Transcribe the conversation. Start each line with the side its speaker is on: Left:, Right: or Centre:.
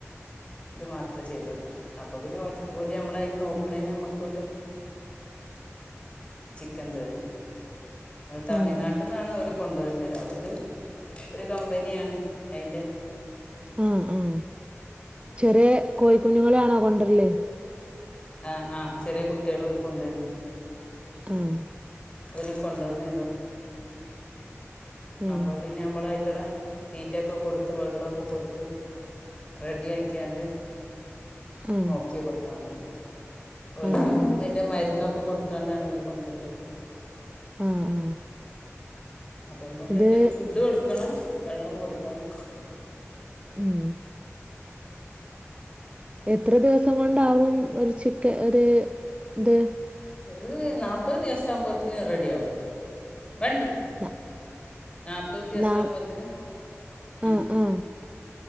Left: ഇത് മാത്രമേ ചെയ്ത്ടുത്താൽ മതി അപ്പ പിന്നെ ഓല്നമ്മള അയ്ന് നോക്കണേ നമ്മക്ക ഓര് ചിക്കൻ തരും തമിഴ്നാട്ടിന്ന്
Right: ആ ആ
Left: ആണ് ഓല് കൊണ്ടരണെ ഓല് ഒരു കമ്പനിയാണ് അയിന്റെ
Right: ആ ആ ചെറിയ കോഴിക്കുഞ്ഞുങ്ങളാണോ കൊണ്ടരല്
Left: ആ ആ് ചെറിയ കുട്ടിളെ ഓല്കൊണ്ടരണ്
Right: ഉം
Left: ഒരു കൊണ്ടന്നരും
Right: ഉം.
Left: അപ്പൊ പിന്നെ നമ്മള അയ്റ്റങ്ങളെ തീറ്റൊക്കെ കൊടുത്ത് വെള്ളക്കെ കൊടുത്ത് റെഡി ആക്കിയാണ്ട്
Right: ആ
Left: നോക്കി കൊടുത്താ മതി ഓൽക്ക്
Right: ആ ആ
Left: അയിന്റെ മരുന്നൊക്കെ കൊടുത്തോണ്ടാണ് ഓല് കൊണ്ടരാ
Right: ആ ആ
Left: അപ്പം നമ്മഅയ്റ്റക്ക്
Right: ഇത്
Left: ഫുഡ് കൊടുക്കണം വെള്ളം കൊടുക്കണം
Right: ഉം എത്ര ദിവസം കൊണ്ടാവും ഒരു ചിക്ക ഒരു ഇത്
Left: ഒരുനാൽപ്പത് ദിവസം ആകുമ്പോഴത്തനന് റെഡിയ ആവുംഇപ്പണ്ട.
Right: ന-
Left: നാല്പ്പത് ദിവസ
Right: നാ-
Left: ആകുമ്പോത്തിന് ഉം
Right: ആ ആ